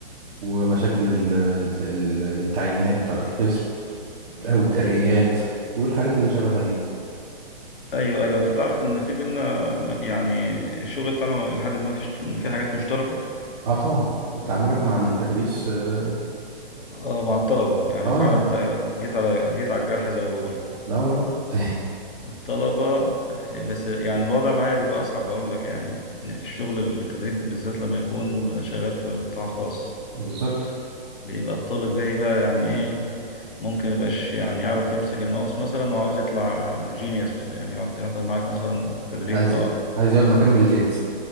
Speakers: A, on the right; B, on the left.
A: ومشاكل
B: مم.
A: ال- الت- ال- التعيينات بتاعة القسم أو الترقيات والحاجات اللي شبهها دي
B: ايوه ايوه انت تعرف ان في بينا م- يعني الشغل بتاعنا لحد ما فيش في حاجات مشتركه
A: اه طبعا تعاملك مع
B: آه
A: التدريس اه
B: آه، مع الطلبه يعني
A: آه،
B: فعلا انت جيت على جيت على الجرح زي ما بيقولوا
A: لا والله <laughs>
B: الطلبه آه، بس يعني الوضع معايا بيبقى اصعب اقول لك يعني الشغل التدريب بالذات لما يكون شغال في قطاع خاص
A: بالظبط
B: بيبقى الطالب جاي بقى يعني ايه ممكن ميبقاش يعني يعرف يمسك الماوس مثلا وعاوز يطلع جينيوس يعني يقعد- يحضر معاك مثلا تدريب
A: عايز
B: اه
A: ي- عايز يقعد مكان بالجيت